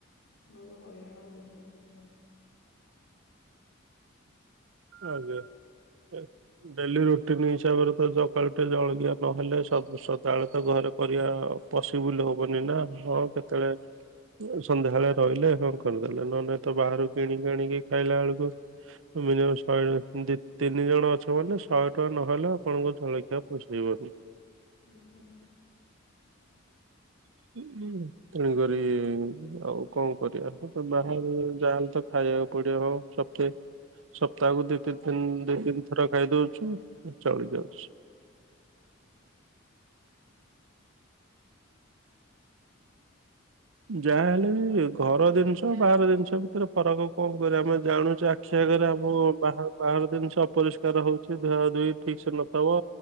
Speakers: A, on the left (about 85°); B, on the right (about 75°).
A: ବହୁତ ହଇରାଣ ହଉଛନ୍ତି ସେମାନେ।
B: ଆଜ୍ଞା। ଡେଲି ରୁଟିନ ହିସାବରେ ତ ସକାଳୁ ଟେ ଜଳଖିଆ ନହେଲେ ସ ସଦାବେଳେ ତ ଘରେ ପରିଆ ପଶିବୁଲ ହବନି ନା ହଁ କେତେବେଳେ ସନ୍ଧ୍ୟାବେଳେ ରହିଲେ କଣ କରିଦେଲେ ନହ ନେଲେ ତ ବାହାରୁ କିଣିଣିକି ଖାଇଲା ବେଳକୁ ମିନିମ ଶହେ ଦି ତିନି ଜଣ ଅଛ ମାନେ ଶହେ ଟଙ୍କା ନହେଲେ ଆପଣଙ୍କ ଜଳଖିଆ ପୋଷେଇବନି। ହ
A: ଆଜ୍ଞା।
B: ହୁଁ ହୁଁ। ତେଣୁ କରି ଆଉ କଣ କରିବା ତ ବାହାରେ ଯାଲେ ତ ଖାଇଆକୁ ପଡିବ। ସପ୍ତାେ ସପ୍ତାହକୁ ଦିତିି ଦି ତିନି ଥର ଖାଇ ଦଉଛୁ ଚଳି ଜାଉଛି। ଯାହା ହେଲେ ବି ଘର ଜିନିଷ ବାହାର ଜିନିଷ ଭିତରେ ଫରକ କଣ କରିବା ଆମେ ଜାଣୁ ଛୁ ଆଖି
A: ଆଜ୍ଞା।
B: ଆଗରେ ଆମ ବା ବାହାର ଜିନିଷ ଅପରିଷ୍କାର ହଉଛି ଧୁଆ ଧୋଇ ଠିକ ସେ ନଥବ।